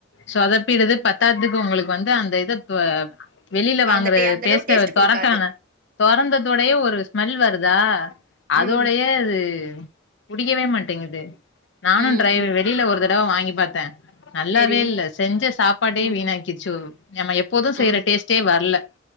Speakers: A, on the left; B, on the right.
A: சொதப்பிடுது பத்தாதுக்கு உங்களுக்கு வந்து அந்த இதப்ப வெளில வாங்குற
B: அந்த டே அந்த
A: பேஸ்ட்டு
B: அளவு டேஸ்ட் குடுக்காது
A: தொரக்கான தொறந்ததோடையே ஒரு ஸ்மெல் வருதா அதோடையே
B: ம்
A: அது புடிக்கவே மாட்டேங்குது நானு
B: ம்
A: ட்ரை
B: ம்
A: வெளில ஒரு தடவ வாங்கி பாத்த நல்லாவே
B: சேரி
A: இல்ல செஞ்ச சாப்பாட்டே
B: ம்
A: வீணாக்கி டுச்சு நம்ம எப்போது செய்ற
B: ம்
A: டேஸ்ட்டே வர்ல